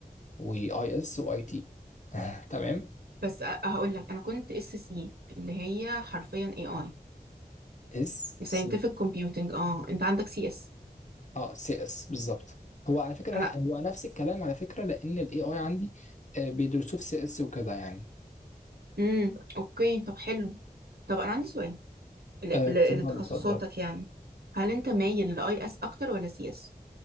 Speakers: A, on the left (about 50°); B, on the right (about 80°).
A: واي اس واي تي <laughs> تمام
B: بس هقول لك انا كنت اس سي اللي هي حرفيا اي اي
A: اس
B: ساينتفك
A: سي
B: كومبيوتنج اه انت عندك سي اس
A: اه سي اس بالظبط هو على فكره لا
B: انا
A: هو نفس الكلام على فكره لان الاي اي عندي آه، بيدرسوه في سي اس وكده يعني
B: امم اوكي طب حلو طب انا عندي سؤال ل-
A: آه،
B: ل-
A: اتفضل
B: لتخصصاتك
A: اتفضل
B: يعني هل انت مايل لاي اس اكتر ولا سي اس